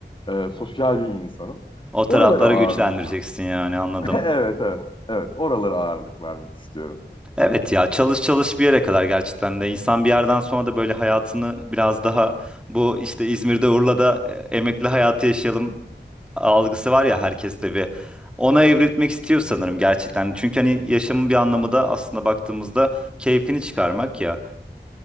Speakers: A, on the left (about 25°); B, in the centre.
A: Ee, Sosyal bir insanım.
B: O
A: Oralara
B: tarafları
A: ağırlık
B: güçlendireceksin
A: vermek.
B: yani anladım.
A: <laughs> Evet, evet. Evet, oralara ağırlık vermek istiyorum.
B: Evet ya çalış çalış bir yere kadar gerçekten de insan bir yerden sonra da böyle hayatını biraz daha bu işte İzmir'de Urla'da e, emekli hayatı yaşayalım algısı var ya herkeste bir ona evrilmek istiyor sanırım
A: Evet.
B: gerçekten. Çünkü hani yaşamın bir anlamı da aslında baktığımızda keyfini çıkarmak ya.